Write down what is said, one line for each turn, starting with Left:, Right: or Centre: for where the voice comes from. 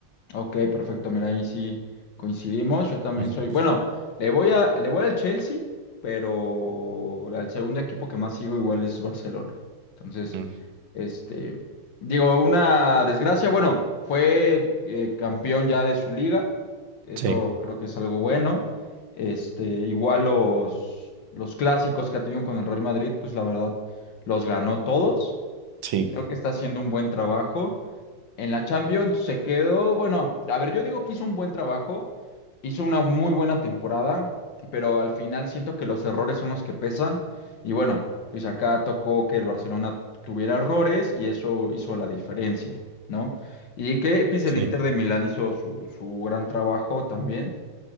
Left: Ok, perfecto. Mira, ahí sí coincidimos. Yo también
Right: <laughs>
Left: soy. Bueno, le voy a, le voy al Chelsea, pero al segundo equipo que más sigo igual es Barcelona. Entonces,
Right: Mm,
Left: este, digo, una desgracia. Bueno, fue eh, campeón ya de su liga. Eso
Right: Sí,
Left: creo que es algo bueno. Este, igual los, los clásicos que ha tenido con el Real Madrid, pues la verdad, los ganó todos.
Right: sí,
Left: Creo que está haciendo un buen trabajo. En la Champions se quedó, bueno, a ver, yo digo que hizo un buen trabajo, hizo una muy buena temporada, pero al final siento que los errores son los que pesan. Y bueno, pues acá tocó que el Barcelona tuviera errores y eso hizo la diferencia, ¿no? Y que pues
Right: sí.
Left: el Inter de Milán hizo su, su gran trabajo también.